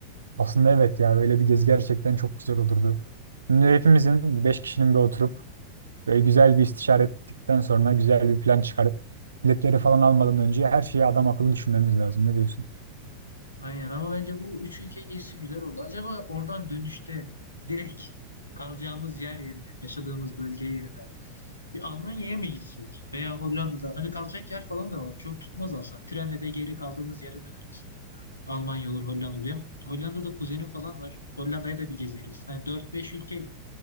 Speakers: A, on the right; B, on the left.
A: aslında evet ya böyle bir gezi gerçekten çok güzel olurdu. Şimdi hepimizin 5 kişinin bir oturup Böyle güzel bir istişare ettikten sonra güzel bir plan çıkarıp biletleri falan almadan önce her şeyi adam akıllı düşünmemiz lazım. Ne diyorsun?
B: Aynen ama bence bu üç ülke gezisi güzel oldu. Acaba oradan dönüşte direkt kalacağımız yer yerine, yaşadığımız bölge yerine bir Almanya'ya mı gitsek? Veya Hollanda'da hani kalacak yer falan da var. Çok tutmaz aslında. Trenle de geri kaldığımız yere döneriz. Almanya olur, Hollanda. olur. Benim Hollanda'da kuzenim falan var. Hollanda'ya da bir gezeriz. Hani dört beş ülke